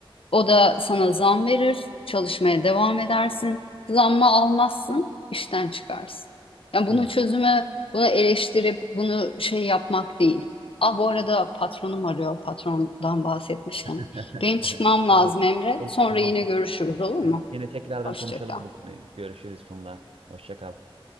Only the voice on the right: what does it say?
Değil mi?
<laughs>
Olur,
tamam,
tamam.
Tamam.
Yine tekrardan
konuşalım
bu konuyu. Görüşürüz Funda. Hoşça kal.